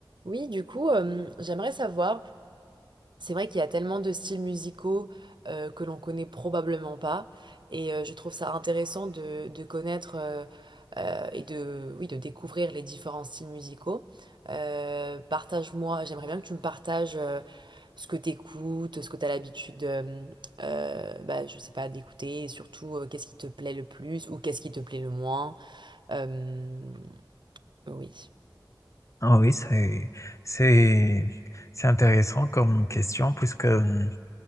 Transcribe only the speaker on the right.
Oui, du coup, euh, j'aimerais savoir, c'est vrai qu'il y a tellement de styles musicaux euh, que l'on connaît probablement pas, et euh, je trouve ça intéressant de, de connaître euh, euh, et de, oui, de découvrir les différents styles musicaux. Euh, partage-moi, j'aimerais bien que tu me partages euh, ce que tu écoutes, ce que tu as l'habitude, euh, euh, bah, je sais pas, d'écouter, et surtout euh, qu'est-ce qui te plaît le plus ou qu'est-ce qui te plaît le moins. Euh, oui.